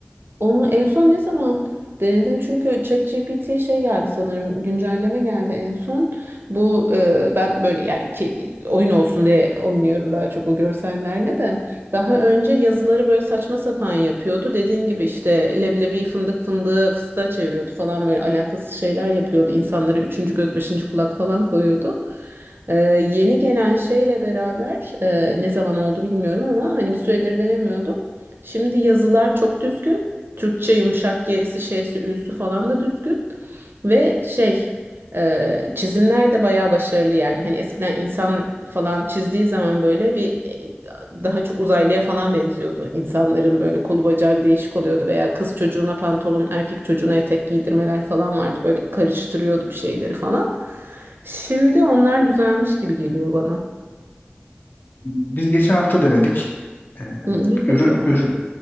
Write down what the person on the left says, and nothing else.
Biz geçen hafta denedik. Ee,
ürü-
ürün-